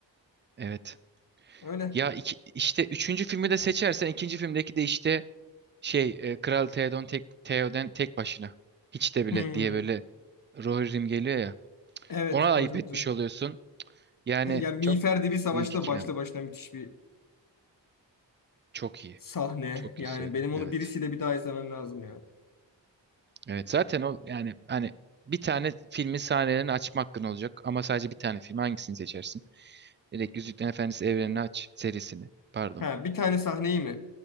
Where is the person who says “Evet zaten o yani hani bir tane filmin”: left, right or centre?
Right